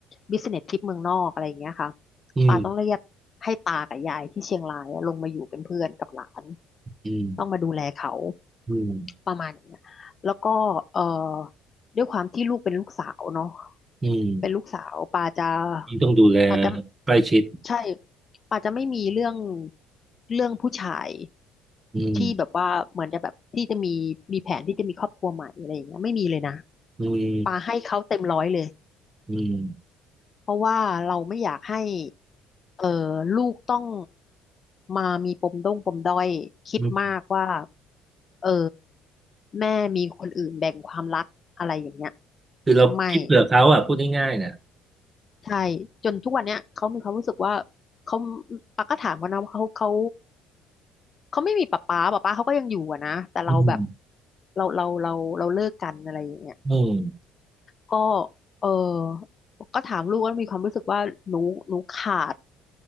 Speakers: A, on the left; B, on the right.
A: บิสเนสทริปเมืองนอกอะไรอย่างเงี้ยค่ะ
B: อืม
A: ปาต้องเรียกให้ตากับยายที่เชียงรายอะลงมาอยู่เป็นเพื่อนกับหลาน
B: อืม
A: ต้องมาดูแลเขา
B: อืม
A: ประมาณเนี้ยแล้วก็เอ่อด้วยความที่ลูกเป็นลูกสาวเนาะ
B: อืม
A: เป็นลูกสาวปาจะ
B: ยิ่งต้องดูแล
A: ปาจะ
B: ใกล้ชิด
A: ใช่ปาจะไม่มีเรื่องเรื่องผู้ชาย
B: อืม
A: ที่แบบว่าเหมือนจะแบบที่จะมีมีแผนที่จะมีครอบครัวใหม่อะไรอย่างเงี้ยไม่มีเลยนะ
B: อืม
A: ปาให้เขาเต็มร้อยเลย
B: อืม
A: เพราะว่าเราไม่อยากให้เอ่อลูกต้องมามีปมด้งปมด้อยคิดมากว่า
B: อืม
A: เออแม่มีคนอื่นแบ่งความรักอะไรอย่างเงี้ย
B: คือเราคิดเผื่อเขาอ่ะพูดง่ายๆนะ
A: ไม่ใช่จนทุกวันเนี้ยเขามีความรู้สึกว่าเขาปักก็ถามเขานะว่าเขาเขาเขาไม่มีป๊าป๊าป๊าป๊าเขาก็ยังอยู่อะนะแต่เราแบบ
B: อืม
A: เราเราเราเราเลิกกันอะไรอย่างเงี้ย
B: อืม
A: ก็เออก็ถามลูกว่ามีความรู้สึกว่าหนูหนูขาด